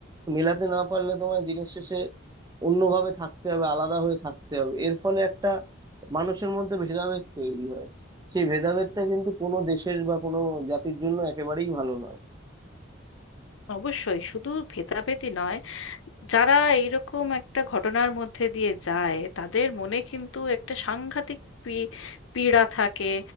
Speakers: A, on the right (about 20°); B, on the left (about 85°).
A: মেলাতে না পারলে তোমায় দিনের শেষে অন্যভাবে থাকতে হবে আলাদা হয়ে থাকতে হবে এর ফলে একটা মানুষের মধ্যে ভেদাভেদ তৈরি হয় সেই ভেদাভেদটা কিন্তু কোনো দেশের বা কোনো জাতির জন্য একেবারেই ভালো নয়
B: অবশ্যই শুধু ভেদাভেদি নয় যারা এইরকম একটা ঘটনার মধ্যে দিয়ে যায় তাদের মনে কিন্তু একটা সাংঘাতিক পী- পীড়া থাকে